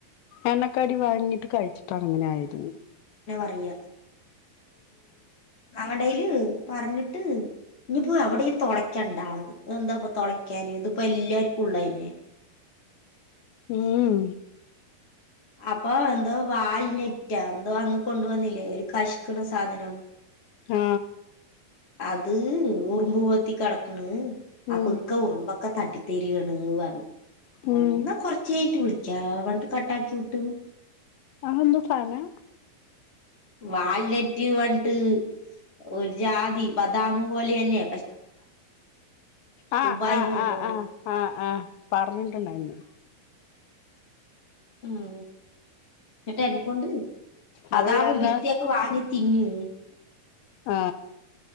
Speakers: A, on the left; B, on the left.
A: എണ്ണക്കടി വാങ്ങിട്ട് കഴിച്ചിട്ടാണ് അങ്ങനെ ആയതെന്നു
B: അയ്യ ഞങ്ങടയില് പറഞ്ഞിട്ട് ഇനി പോയി അവിടെയും തുളയ്ക്കണ്ടാ അത് എന്താ തുടയ്ക്കാന് ഇതിപ്പോ എല്ലാരു പുള്ളേനെ
A: ഉം
B: അപ്പൊ എന്തോ വാൽനെറ്റാ എന്തോ അന്ന് കൊണ്ടവന്നില്ലേ ഒരു കഷ്ക്കണ സാധനം
A: ആ
B: അത് ഉറുമ്പ് പോത്തി കിടക്കണ്
A: ഉം
B: അപ്പൊ ഇക്ക ഉറുമ്പ് ഒക്കെ തട്ടിത്തരിയാണ് പറഞ്ഞു
A: ഉം
B: എന്നാ കൊറച്ചായിട്ട് വിളി ക്കാ വൺട്ട് കട്ടാക്കി ട്ടും
A: അഹന്തു സാന്ന
B: വാൽനെറ്റ് വട്ട് ഒരു ജാതി ബദാമു പോലെ അല്ലെ
A: ആഹ്
B: ദുബായിന്ന്
A: ആഹ്
B: കൊണ്ടുവന്നത്
A: ആഹ് ആഹ് ആഹ് ആഹ് പറഞ്ഞിട്ടുണ്ടായിരുന്നു
B: ഉം കേട്ടാ എന്നെക്കൊണ്ട് ബദാമും
A: അത് എന്താ
B: ബിസ്തയൊക്കെ വാങ്ങി തിന്ന്
A: ആ